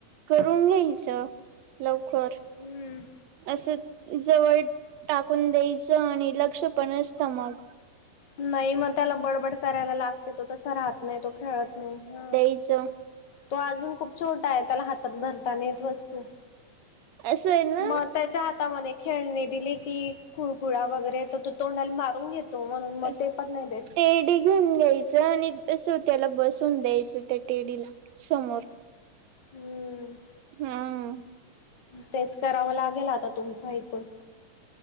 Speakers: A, on the right; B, on the left.
A: करून घ्यायच. लवकर.
B: हम्म
A: असं जवळ- टाकून द्यायचं आणि लक्ष पण असतं मग.
B: नाही मग त्याला बडबड करायला लागते. तो तसा राहत नाही तो खेळत नाही. ह-
A: असं -
B: तो अजून खूप छोटा आहे. त्याला हातात धरता नाही येत वस्तू.
A: असं आहे ना
B: मग- त्याच्या हातामध्ये खेळणी दिली कि, खुळखुळा वगैरे तर तो तोंडाला मारून घेतो. म्हणून मग
A: तेडी.
B: ते पण नाही देत.
A: घेऊन घ्यायचं आणि असं त्याला बसून द्यायचं त्या टेडीला समोर
B: हम्म.
A: अं.
B: तेच करावं लागेल आता तुमचं ऐकून.